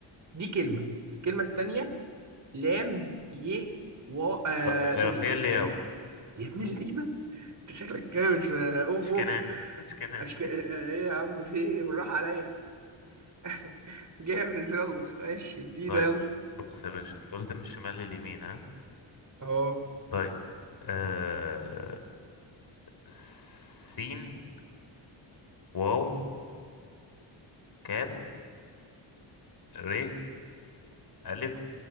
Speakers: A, on the right; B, on the left.
A: دي كلمه الكلمه التانيه لام ي و آه
B: رف- رافائيل
A: سوري
B: لياو
A: يا ابن اللعيبه انت شكلك كده مش اوف
B: اشكناني
A: اوف
B: اشكناني
A: أشك... آه، آه، ايه يا عم في ايه بالراحة عليا <laughs> جامد يلا ماشي ادينا
B: طيب
A: يلا
B: بص يا باشا انت قلت من الشمال لليمين ها
A: اهو
B: طيب آه... سين واو كاف ر ألف